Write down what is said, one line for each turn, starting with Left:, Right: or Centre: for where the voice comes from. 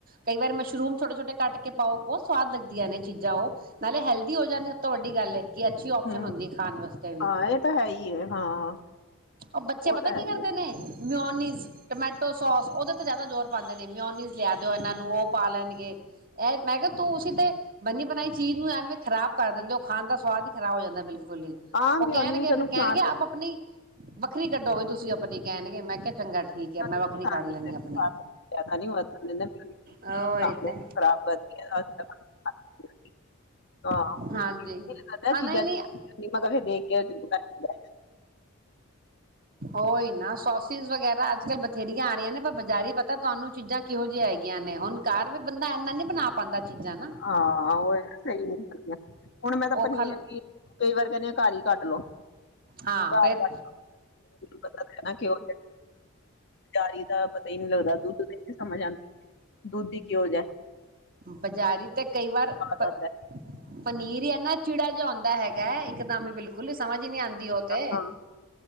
Right: ਕਈ ਵਾਰੀ ਮਸ਼ਰੂਮ ਛੋਟੇ-ਛੋਟੇ ਕੱਟ ਪਾਓ ਬੋਤ ਸਵਾਦ ਲੱਗਦੀਆਂ ਨੇ ਚੀਜ਼ਾਂ ਉਹ ਨਾਲੇ ਹੈਲਦੀ ਹੋ ਜਾਂਦੀ ਤੋਂ ਵੱਡੀ ਗੱਲ ਹੈ ਕਿ ਅੱਛੀ ਔਪਸ਼ਨ
Left: ਹੂੰ
Right: ਹੁੰਦੀ ਖਾਣ ਵਾਸਤੇ ਵੀ।
Left: ਹਾਂ ਇਹ ਤਾਂ ਹੈ ਹੀ ਹੈ ਹਾਂ
Right: ਉਹ ਬੱਚੇ ਪਤਾ
Left: ਤਾਂ
Right: ਕੀ
Left: ਹੈ
Right: ਕਰਦੇ
Left: ਹੀ ਹੈ
Right: ਨੇ ਮਿਓਨੀਜ਼, ਟਮੈਟੋ ਸੋਸ ਉਹਦੇ ਤੇ ਜ਼ਿਆਦਾ ਜ਼ੋਰ ਪਾਦੇ ਨੇ ਮਿਓਨੀਜ਼ ਲਿਆ ਦਿਓ ਇਹਨਾਂ ਨੂੰ ਉਹ ਪਾ ਲੈਣਗੇ। ਇਹ ਮੈਂ ਕਿਹਾ ਤੂੰ ਤੇ ਬੰਨੀ ਬਣਾਈ ਚੀਜ਼ ਨੂੰ ਐਵੇਂ ਖ਼ਰਾਬ ਕਰ ਦਿੰਦੇ ਉਹ ਖਾਣ ਦਾ ਸਵਾਦ ਹੀ ਖਰਾਬ ਹੋ ਜਾਂਦਾ ਬਿਲਕੁਲ ਗੁਲੀ,
Left: ਆਮ
Right: ਉਹ
Left: ਹੀ
Right: ਕਹਿਣਗੇ
Left: ਉਹਨੇ ਵੀ ਤਾਂ
Right: ਫਿਰ
Left: ਨੁਕਸਾਨ
Right: ਕਹਿਣਗੇ ਆਪ ਆਪਣੀ ਵੱਖਰੀ ਕੱਢੋ ਵੀ ਤੁਸੀਂ ਆਪਣੇ ਕਹਿਣਗੇ ਮੈਂ ਕਿਹਾ ਚੰਗਾ ਠੀਕ ਆ। ਮੈਂ
Left: ਜ਼ਿਆਦਾ
Right: ਵੱਖਰੀ ਕਰ ਲੈਣੀ ਆਪਣੀ
Left: ਨੀ ਵਰਤਣ ਦਿੰਦੇ
Right: ਹੋਰ
Left: ਸਾਹਮਣੇ
Right: ਏਦਾਂ
Left: ਖਰਾਬ <unintelligible> <unintelligible>
Right: ਹਾਂਜੀ ਆ ਨਹੀਂ
Left: <unintelligible>
Right: ਨਹੀਂ ਉਹੀ ਨਾ ਸੋਸਿਸ ਵਗੈਰਾ ਅੱਜ ਕੱਲ ਬੱਚ ਜੇਡੀਆਂ ਆ ਰਹੀਆਂ ਨੇ ਆਪਾ ਬਜ਼ਾਰੀ ਬ ਤਾਂ ਤੁਹਾਨੂੰ ਚੀਜ਼ਾਂ ਕਿਹੋ ਜਿਆਂ ਹੈਗੀਆਂ ਨੇ ਹੁਣ ਘਰ ਵੀ ਬੰਦਾ ਇਨਾ ਨੀ ਬਣਾ ਪਾਉਂਦਾ ਚੀਜ਼ਾਂ ਨਾ
Left: ਹਾਂ ਉਹ ਸਹੀ ਹੁਣ ਮੈਂ ਤਾਂ
Right: ਔਖਾ
Left: ਪਨੀਰ
Right: ਲੱਗ
Left: ਕਈ ਵਾਰ ਕਹਿੰਦੀ ਆ ਘਰ ਹੀ ਕੱਢ ਲੋਓ
Right: ਹਾਂ
Left: ਘਰ
Right: ਫੇਰ
Left: ਕੱਢ ਪਤਾ ਕਿ ਤਾਰੀ ਤਾਂ ਪਤਾ ਹੀ ਨੀ ਲੱਗਦਾ। ਦੁੱਧ ਦਹੀਂ ਦੀ ਸਮਝ ਨੀ ਆਦਾ। ਦੁੱਧ ਦੀ ਕਿ ਹੋ ਜਿਆ।
Right: ਬਾਜ਼ਾਰੀ ਤੇ ਕਈ ਵਾਰ ਪ
Left: ਆਉਂਦਾ ਹੈ
Right: ਪਨੀਰ ਹੀ ਏਨਾ ਚਿੜਾ ਸਮਝ ਆਉਂਦਾ ਹੈਗਾ ਇੱਕਦਮ ਬਿਲਕੁਲ ਸਮਝ ਨੀ ਆਉਂਦੀ ਉਹ ਤੇ
Left: ਹਮ